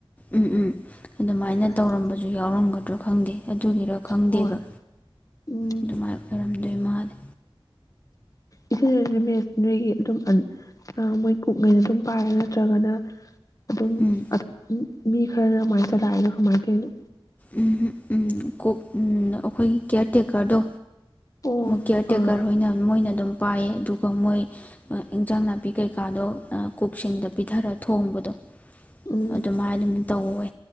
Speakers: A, on the left; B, on the left.
A: ꯎꯝ ꯎꯝ ꯑꯗꯨꯃꯥꯏꯅ
B: ꯁꯨꯃꯥꯏꯅ
A: ꯇꯧꯔꯝꯕꯁꯨ ꯌꯥꯎꯔꯝꯒꯗ꯭ꯔꯣ ꯈꯪꯗꯦ ꯑꯗꯨꯒꯤꯔꯛ ꯈꯪꯗꯦꯕ
B: ꯍꯣꯏ ꯎꯝ
A: ꯑꯗꯨꯃꯥꯏꯅ ꯑꯣꯏꯔꯝꯗꯣꯏ ꯃꯥꯅꯤ
B: ꯏ ꯃꯦꯆꯅꯔꯤꯒꯤ ꯑꯗꯨꯝ ꯃꯣꯏ ꯀꯛꯉꯩꯅ ꯑꯗꯨꯝ ꯄꯥꯏꯔꯦ ꯅꯠꯇ꯭ꯔꯒꯅ ꯑꯗꯨꯝ
A: ꯎꯝ
B: ꯑ ꯎꯝ ꯃꯤ ꯈꯔꯅ ꯅꯨꯡꯉꯥꯏ ꯆꯔꯏꯅ ꯀꯃꯥꯏꯅ ꯇꯣꯏꯩꯅꯣ
A: ꯎꯝ ꯎꯝ ꯀꯣꯛ ꯑꯩꯈꯣꯏꯒꯤ ꯀꯤꯌꯥꯔ ꯇꯦꯛꯀꯔꯗꯣ
B: ꯑꯣ
A: ꯀꯦꯌꯔ
B: ꯑꯥ
A: ꯇꯦꯛꯀꯔ ꯍꯣꯏꯅ ꯃꯣꯏꯅ ꯑꯗꯨꯝ ꯄꯥꯏ ꯑꯗꯨꯒꯗꯨ ꯏꯟꯖꯥꯡ ꯅꯥꯄꯤ ꯀꯩꯀꯥꯗꯣ ꯀꯛꯁꯤꯡꯗ ꯄꯤꯊꯔ ꯊꯣꯡꯕꯗꯣ
B: ꯎꯝ
A: ꯑꯗꯨꯃꯥꯏ ꯑꯗꯨꯝ ꯇꯧꯋꯦ